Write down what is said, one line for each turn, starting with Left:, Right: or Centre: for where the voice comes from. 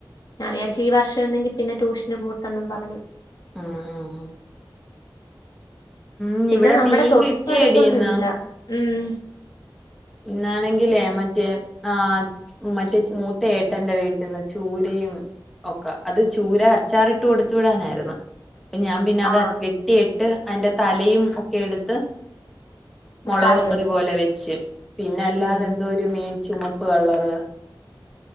Left: ഞാൻ വിചാരിച്ചു ഈ വർഷം എന്തെങ്കി പിന്നെ ട്യൂഷന് പോട്ടെന്നും പറഞ്ഞു
Centre: ഉം ഉം ഉം ഉം
Left: പിന്നെ
Centre: ഇവിടെ
Left: നമ്മുടെ
Centre: മീൻ
Left: തൊട്ടടുത്തൊന്നും
Centre: കിട്ടിയെടി ഇന്ന്
Left: ഇല്ല. മ്മ്
Centre: ഇന്നാണെങ്കിലേ മറ്റേ ആഹ് മറ്റേ മൂത്ത ഏട്ടന്റെറെ വീട്ടിൽന്ന് ചൂരയും ഓക്ക അത് ചൂര അച്ചാറിട്ട് കൊടുത്ത് വിടാനായിരുന്നു അപ്പൊ ഞാൻ പിന്നെ അത്
Left: ആ
Centre: വെട്ടിട്ട് അതിന്റെ തലയും ഒക്കെ എടുത്ത് മുളക്റി
Left: കറി വെച്ച
Centre: പോലെ വെച്ച് പിന്നെ അല്ലാതെ
Left: ഉം
Centre: എന്തോ ഒരു മീൻ ചുമപ്പ് കള്ളറ്